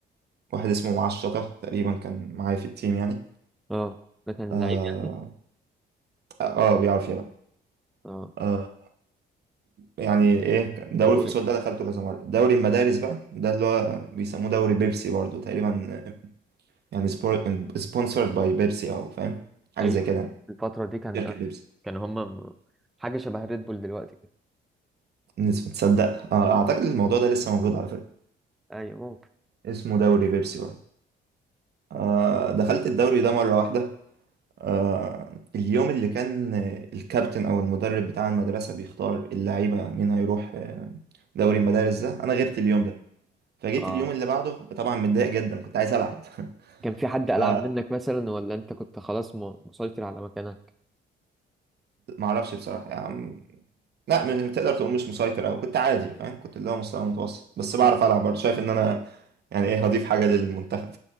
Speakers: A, on the right; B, in the centre.
A: واحد اسمه معاه الشطة تقريبا كان معايا في التيم يعني
B: اه ده كان
A: اه,
B: لعيب يعني
A: آه بيعرف يلعب
B: اه
A: آه، يعني ايه دوري
B: هو- هو-
A: الفصول ده دخلته كذا مره دوري المدارس بقى ده اللي هو بيسموه دوري بيبسي برضو تقريبا يعني سبونسرد باي بيبسي او فاهم حاجه
B: ايوه
A: زي كده
B: الفترة دي كان
A: شركه
B: آه.
A: بيبسي
B: كانوا هما م- حاجة شبه ريد بول دلوقتي كده
A: نس- تصدق آه، اعتقد الموضوع ده لسه موجود على فكره
B: ايوه ممكن
A: اسمه دوري بيبسي برضو آه، دخلت الدوري ده مره واحده آه، اليوم اللي كان آه، الكابتن او المدرب بتاع المدرسه بيختار اللعيبه مين هيروح آه، دوري المدارس ده انا غبت اليوم ده فجيت
B: اه
A: اليوم اللي بعده طبعا متضايق جدا كنت عايز العب
B: كان في
A: <laughs>
B: حد ألعب
A: ف
B: منك مثلا ولا انت كنت خلاص م- مسيطر على مكانك
A: ما اعرفش بصراحه يعني لا م- تقدر تقول مش مسيطر او كنت عادي فاهم كنت اللي هو مستوى متوسط بس بعرف
B: مم.
A: العب برضه شايف ان انا يعني ايه هضيف حاجه للمنتخب